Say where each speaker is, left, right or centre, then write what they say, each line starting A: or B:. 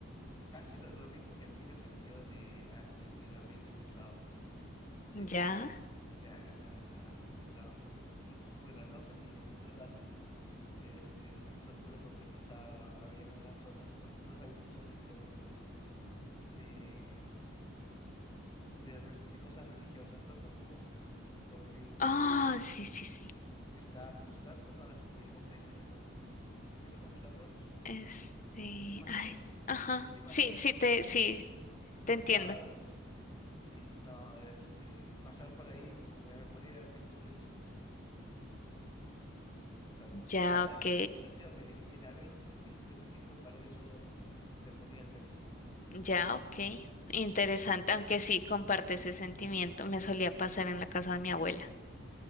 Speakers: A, on the left (about 20°); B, on the left (about 40°).
A: casi lo, lo mismo que a ti en el sentido de, a- de- del ambiente pesado, ¿no? este,
B: ¿Ya?
A: la, la, la- los, bueno, al menos en mi, en mi otra casa, este, los sitios oscuros donde pasaba, habían unas zonas, unos- unas habitaciones, digamos, de, de, de, re- de cosas religiosas, ¿no? Como, como figu-
B: Oh,
A: este,
B: sí, sí,
A: este,
B: sí.
A: esta- estatu- no, este, ¿cómo se dicen estos? Que son como estatuas,
B: Este,
A: imágenes,
B: ay, ajá,
A: las imágenes,
B: sí, sí te,
A: la-
B: sí,
A: los
B: te entiendo.
A: cuadros. Sí, no, este, pasar por ahí me, me ponía el ambiente tenso, ¿no? O sea,
B: Ya,
A: la, la
B: ok,
A: concentración, el, el haber un sitio específico para eso me ponía tenso.
B: ya, ok. Interesante, aunque sí comparte ese sentimiento. Me solía pasar en la casa de mi abuela.